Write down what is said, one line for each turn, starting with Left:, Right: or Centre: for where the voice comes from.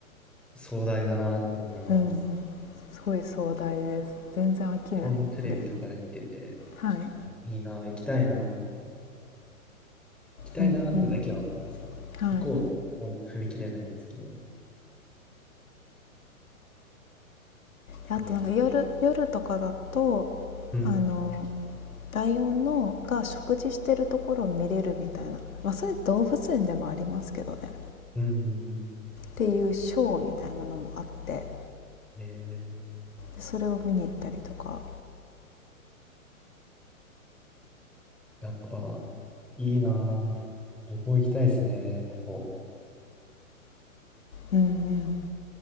Centre: 壮大だなって思います。
Left: うんすごい壮大です全然飽きないです
Centre: 日本のテレビとかで見てて、
Left: はい
Centre: いいな、行きたいな、行きたいなってだけは思いますね。
Left: うんうんはい
Centre: 行こうとは踏み切れないんですけど、
Left: あとなんか夜夜とかだと
Centre: いいな。うん。
Left: あのライオンのが食事してるところを見れるみたいな、まあ、それ動物園でもありますけどねっ
Centre: うんうん
Left: ていうショーみたいなのもあってで
Centre: うん。えー、
Left: それを見に行ったりとか
Centre: やっぱいいなぁ。僕も行きたいですね、ここ。
Left: うんうん